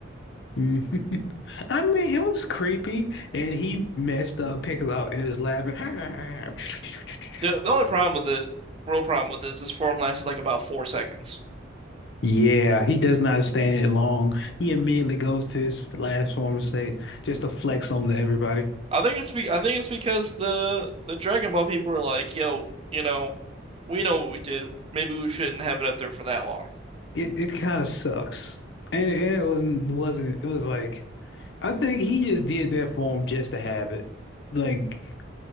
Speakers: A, on the left; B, on the right.
A: Mhm. <laughs> I mean, it was creepy, and he messed up Piccolo and is laughing. <laughs>
B: The the only problem with it, real problem with it, is this form lasted like about four seconds.
A: Yeah, he does not stand it long. He immediately goes to his last form to say, just to flex on to everybody.
B: I think it's be I think it's because the the Dragon Ball people are like, yo, you know, we know what we did. Maybe we shouldn't have it up there for that long,
A: It it kind of sucks, and, and it wasn't wasn't it was like I think he just did that for him just to have it. Like